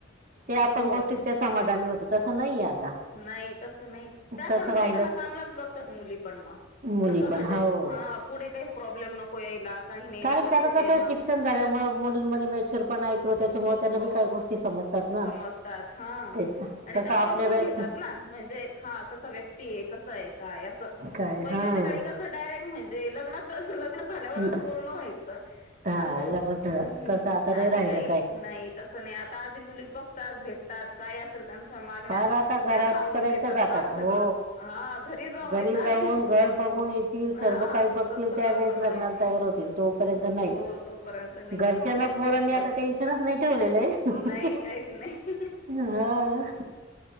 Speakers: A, on the right; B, on the left.
A: त्या आपण
B: हो
A: गोष्टीत त्या समाधानी होतो. तर तसं नाही. <unintelligible>
B: नाही तसं नाही. त्या
A: तसं
B: पण
A: राहिलंच
B: बघताना चांगल्याच बघतात मुली पण मगं
A: मुली
B: कसं
A: पण
B: म्हणजे
A: हो
B: हां पुढे काही. प्रॉब्लेम नको. यायला काही नाही
A: कारण
B: व्यवस्थित
A: कारण कसं
B: आहे मग
A: शिक्षण झाल्यामुळे मुलींमध्ये मेच्युरपणा येतो. त्याच्यामुळे त्यांना
B: हो
A: बी काही गोष्टी समजतात ना
B: समजतातं हा
A: ते
B: आणि
A: तसं
B: त्या
A: आपल्या
B: ओळखून
A: वेळेस
B: घेतात ना म्हणजे, हा कसं व्यक्ती आहे कसं आहे काय असं
A: काय
B: पहिल्याच्या
A: हां
B: काळी कसं डायरेक्ट म्हणजे लग्नात. झाल्यावरच
A: ल-
B: बोलणं व्हायचं.
A: हा
B: असं होत,
A: लग्न झालं
B: हम्म
A: तसं आता नाही
B: आधी
A: राहिलं
B: काही. नाही तसं नाही आता आधी मुली बघतात भेटतात. कायं असेल त्यांच्या मागण्या
A: फार आता घरापर्यंत
B: त्या सांगून देतात
A: जातात
B: फार
A: हो
B: सगळं हा. जाऊन
A: घरी
B: येत आधी
A: जाऊन, घर बघून येतील, सर्व
B: हा
A: काही बघतील
B: तर सगळं
A: त्या वेळेस
B: करून
A: लग्नाला
B: येतील
A: तयार होतील. तोपर्यंत नाही.
B: हो तोपर्यंत नाही
A: घरच्यांना पोरांनी
B: असं
A: आता टेन् <unintelligible> नाही ठेवलेलं आहे
B: नाही काहीच नाही
A: हा